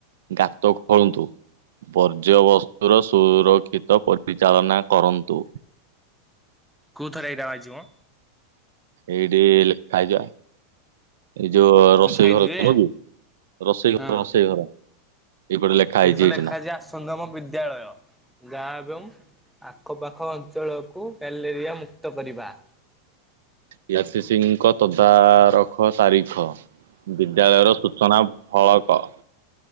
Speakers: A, on the right; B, in the centre.
A: ଗାତ ଖୋଳନ୍ତୁ। ବର୍ଜ୍ୟବସ୍ତୁର ସୁରକ୍ଷିତ ପରିଚାଳନା କରନ୍ତୁ।
B: କୋଉଥରେ ଏଇଟା ଆଇଚି ମ?
A: ଏଇଠି ଲେଖା ହେଇଚି ବା। ଏଇ ଯୋଉ ରୋଷେଇ
B: ସାଇଡରେ
A: ଘର <unintelligible> ରୋଷେଇ
B: ହଁ।
A: ଘର ରୋଷେଇ ଘର ଏଇପଟେ ଲେଖା ହେଇଛି
B: ଏଇଠି ତ ଲେଖା
A: ନା।
B: ହେଇଚି ଆସନ୍ତୁ ଆମ ବିଦ୍ୟାଳୟ। ଯା ଏବଂ ଆଖପାଖ ଅଞ୍ଚଳକୁ ମ୍ୟାଲେରିଆ ମୁକ୍ତ କରିବା।
A: ପିୟାସି ସିଂଙ୍କ ତଦାରଖ ତାରିଖ। ବିଦ୍ୟାଳୟର ସୂଚନା ଫଳକ।